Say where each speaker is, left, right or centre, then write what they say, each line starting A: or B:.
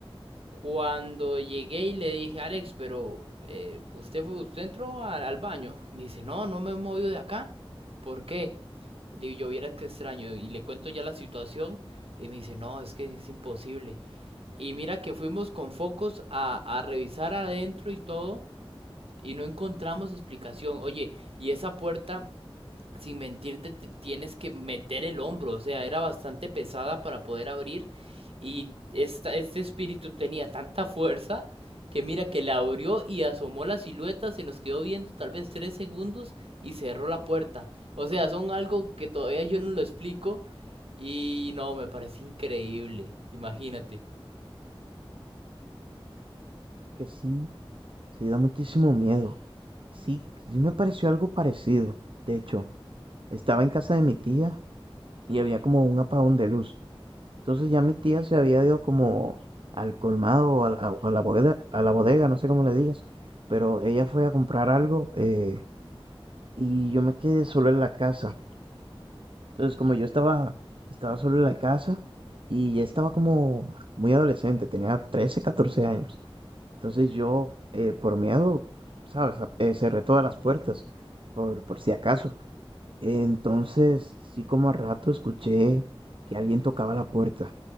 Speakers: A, on the right; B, on the right.
A: Cuando llegué y le dije, Alex, pero eh, usted fue, usted entró al, al baño. Me dice, no, no me he movido de acá. ¿Por qué? Y le digo, yo vieras qué extraño. Y le cuento ya la situación. Y me dice, no, es que es imposible. Y mira que fuimos con focos a, a revisar adentro y todo y no encontramos explicación. Oye, y esa puerta, sin mentirte, te- tienes que meter el hombro, o sea, era bastante pesada para poder abrir y esta, este espíritu tenía tanta fuerza que mira que la abrió y asomó la silueta, se nos quedó viendo tal vez tres segundos y cerró la puerta. O sea, son algo que todavía yo no lo explico y no, me parece increíble, imagínate.
B: Que sí, sí da muchísimo miedo. Sí, sí me pareció algo parecido. De hecho, estaba en casa de mi tía y había como un apagón de luz. Entonces ya mi tía se había ido como al colmado o a la, o a la bodega, a la bodega, no sé cómo le digas, pero ella fue a comprar algo eh, y yo me quedé solo en la casa. Entonces, como yo estaba, estaba solo en la casa y ya estaba como muy adolescente, tenía 13 14 años. Entonces yo, eh, por miedo, ¿sabes? A- eh, cerré todas las puertas, por, por si acaso. Entonces, sí como a rato escuché que alguien tocaba la puerta